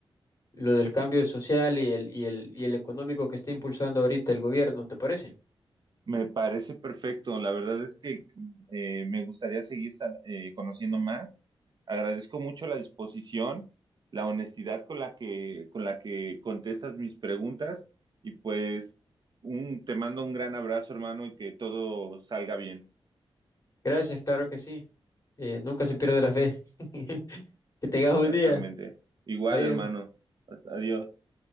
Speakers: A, on the left; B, on the right.
A: lo del cambio social y el, y el, y el económico que está impulsando ahorita el gobierno, ¿te parece?
B: Me parece perfecto. La verdad es que eh, me gustaría seguir sa- eh, conociendo más. Agradezco mucho la disposición, la honestidad con la que, con la que contestas mis preguntas y pues un, te mando un gran abrazo, hermano, y que todo salga bien.
A: Gracias, claro que sí. Eh, nunca se pierde la fe. <laughs> Que tengas un buen
B: Exactamente.
A: día.
B: Igual,
A: Adiós.
B: hermano. Adiós.